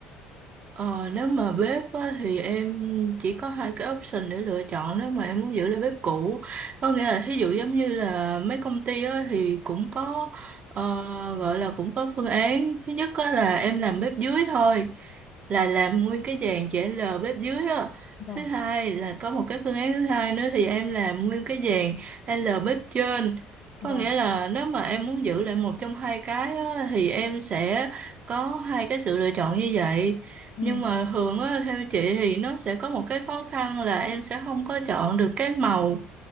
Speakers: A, on the right; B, on the left.
A: Ờ, nếu mà bếp á, thì em chỉ có hai cái option để lựa chọn nếu mà em muốn giữ lại bếp cũ có nghĩa là thí dụ giống như là mấy công ty á, thì cũng có ờ, gọi là cũng có phương án thứ nhất á, là em làm bếp dưới thôi là làm nguyên cái dàn chữ L bếp dưới á
B: Vâng,
A: thứ hai là có một cái phương án thứ hai nữa thì em làm nguyên cái dàn L bếp trên
B: vâng.
A: có nghĩa là nếu mà em muốn giữ lại một trong hai cái á, thì em sẽ có hai cái sự lựa chọn như vậy
B: Ừ.
A: nhưng mà thường á, theo chị thì nó sẽ có một cái khó khăn là em sẽ không có chọn được cái màu.